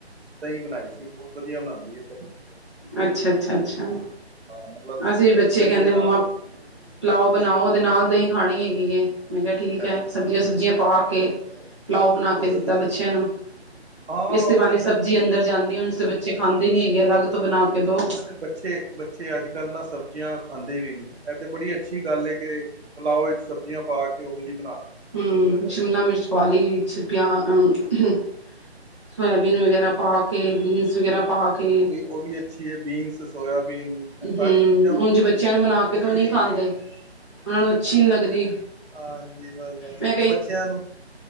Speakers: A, on the right; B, on the right.
A: ਦਈ ਬਣਾਈ ਸੀ। ਬੋਤ ਵਧੀਆ ਬਨਾਦੀ ਏ ਘਰੇ।
B: ਅੱਛਾ, ਅੱਛਾ, ਅੱਛਾ,
A: ਮਤਲਬ
B: ਅਛਾ ਏ ਬੱਚੇ
A: ਦਹੀਂ
B: ਕੈਂਦੇ
A: ਦੇ ਨਾਲ
B: ਮੰਮਾ
A: ਰੋਟੀ
B: ਪਿਲਾਓ ਬਣਾਓ ਓਦੇ ਨਾਲ ਦਹੀਂ ਖਾਣੀ ਹੈਗੀ ਏ। ਮੈਂ ਕਿਆ ਠੀਕ
A: ਅੱਛਾ
B: ਐ
A: ਅੱਛਾ
B: ਸਬਜ਼ੀਆਂ ਸੁਬਜ਼ੀਆਂ ਪਾ
A: ਬੜੀ
B: ਕੇ
A: ਵਧੀਆ ਗੱਲ
B: ਪਲਾਓ ਬਣਾ
A: ਬਹੁਤ
B: ਕੇ ਦਿੱਤਾ
A: ਵਧੀਆ
B: ਬੱਚੇਆਂ
A: ਜੀ
B: ਨੂੰ।
A: ਹਾਂ
B: ਏਸਤੇ
A: ਉਹ
B: ਬਾਨੀ
A: ਤੇ
B: ਸਬਜ਼ੀ
A: ਫਿਰ
B: ਅੰਦਰ ਜਾਂਦੀ ਐ ਉਂਜ ਤਾਂ ਬੱਚੇ ਖਾਂਦੇ ਨੀ ਹੈਗੇ ਅਲੱਗ
A: ਬੋਤ
B: ਤੋਂ ਬਣਾ
A: ਵਧੀਆ
B: ਕੇ ਦੋ
A: ਨਾਲੇ ਬੱਚੇ ਬੱਚੇ ਅੱਜਕੱਲ੍ਹ ਨਾ ਸਬਜ਼ੀਆਂ ਖਾਂਦੇ ਵੀ ਨੀ ਐ ਤੇ ਬੜੀ ਅੱਛੀ ਗੱਲ ਹੈ ਕਿ ਪਲਾਓ ਵਿੱਚ ਸਬਜ਼ੀਆਂ ਪਾ ਕੇ ਓਹੋ ਜੀ ਬਣਾਤੀ। ਬਹੁਤ
B: ਹੂੰ,
A: ਵਧੀਆ ਗੱਲ
B: ਸ਼ਿਮਲਾ ਮਿਰਚ ਪਾਲੀ ਵਿੱਚ ਪਿਆ ਅ
A: ਅੱਛਾ
B: ਸੋਇਆਬੀਨ ਵਗੈਰਾ ਪਾ ਕੇ ਬੀਨਸ ਸ ਵਗੈਰਾ ਪਾ ਕੇ
A: ਓ ਵੀ ਅੱਛੀ ਬੀਨਸ, ਸੋਇਆਬੀਨ। ਇਹ ਸਾਰੀ
B: ਹੂੰ,
A: ਚੀਜ਼ਾਂ
B: ਉਂਝ ਬੱਚਿਆਂ ਨੂੰ ਬਣਾ ਕੇ
A: ਪੌਸ਼ਟਿਕ
B: ਦੋ ਨਈ
A: ਹੈਗੀ
B: ਖਾਂਦੇ। ਓਨਾਂ ਨੂੰ ਅੱਛੀ ਨੀ ਲੱਗਦੀ
A: ਹਾਂਜੀ ਬਸ ਬਸ
B: ਮੈ
A: ਬੱਚਿਆਂ ਨੂੰ